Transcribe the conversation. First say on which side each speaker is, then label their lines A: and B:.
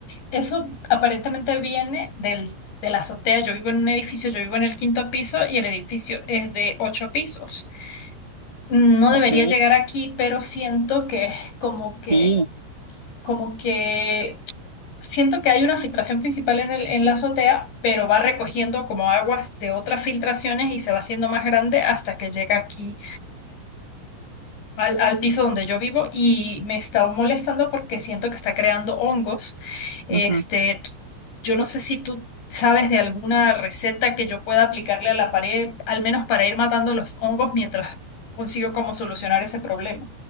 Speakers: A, on the left; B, on the right.
A: Eso aparentemente viene del, de la azotea. Yo vivo en un edificio, yo vivo en el quinto piso y el edificio es de ocho pisos. no debería
B: Ok,
A: llegar aquí, pero siento que como que,
B: sí.
A: como que siento que hay una filtración principal en el, en la azotea, pero va recogiendo como aguas de otras filtraciones y se va haciendo más grande hasta que llega aquí al, al piso donde yo vivo y me está molestando porque siento que está creando hongos. Este,
B: ujú.
A: t- yo no sé si tú sabes de alguna receta que yo pueda aplicarle a la pared, al menos para ir matando los hongos mientras consigo cómo solucionar ese problema.